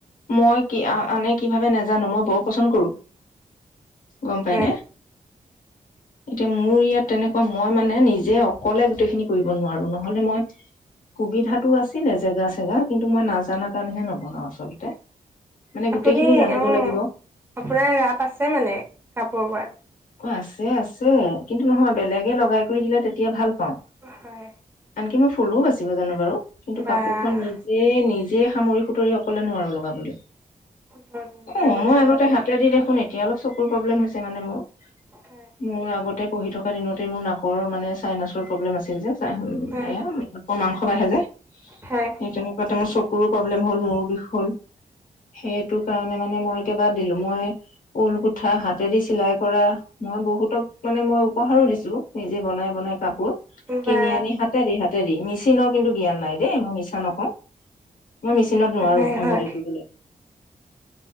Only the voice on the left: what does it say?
মই কি কি আনে কি ভাবে নাজানো, মই বৰ পচন্দ কৰো। গম
পাইনে? এতিয়া মোৰ ইয়াত তেনেকুৱা, মই মানে নিজে অকলে গোটেইখিনি কৰিব নোৱাৰো। নহলে মই সুবিধাত। টো আছিলে জেগা- চেগা। কিন্তু মই নাজানা কাৰণেহে নবনাও আচলতে। মানে গোটেইখিনি
জানিব
লাগিব
অ' আছে-আছে, কিন্তু নহয়, বেলেগে লগাই কৰি দিলে তেতিয়া ভাল। ক'
আনকি। মই ফুলো বাচিব জানো বাৰু। কিন্তু
কাপোৰ খন নিজে নিজে। নিজে সামৰি সুতৰি অকলে নোৱাৰো লগাবলৈ।
অ'
মই আগতে হাতে দি দেখোন এতিয়া অলপ চকুৰ প্ৰব্লেম হৈছে। যে মানে মোৰ।
মোৰ আগত। পঢ়ি থকা দিনতে মোৰ নাকৰ মানে চাইনাছৰ প্ৰব্লেম আছিল যে, চে
এ মাংস বাঢ়ে যে।
সেই তেনেকুৱাতে মোৰ চকুৰো প্ৰব্লেম হ'ল মোৰ বিষয়ে হল সেইটো কাৰণে মানে মই এতিয়া দিলো। মই ঊল গুঠা হাতেদি চিলাই। পৰা মই বহুতক মানে মই উপহাৰো দিছো, নিজে বনাই বনাই। কাপোৰ কিনি
আনি। হাতেদি হাতেদি নিচ <unintelligible> চীনৰ কিন্তু জ্ঞান নাই দেই মই মিছা নকওঁ। মই মেচিনত নোৱাৰো
এম্বডাৰিং
কৰিবলৈ।